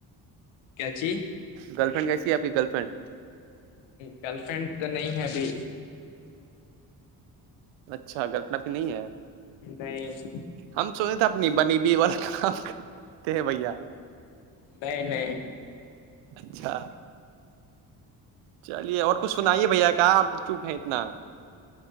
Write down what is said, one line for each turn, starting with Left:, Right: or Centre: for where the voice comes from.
Left: کیاچی
Right: گرل فرینڈ کیسی ہے آپ کی گرل فرینڈ
Left: گرل فرینڈ تو نہیں ہے ابھی
Right: اچھا گلپناپی نہیں ہے
Left: نہیں
Right: ہم سونے تھ اپنی بنی بھی والا کام کرتے ہیں بھیا
Left: نہیں نہیںائ
Right: اچھا چلیے اور کچھ سنائیے بھیا کہ آپ چوپ ہیں اتنا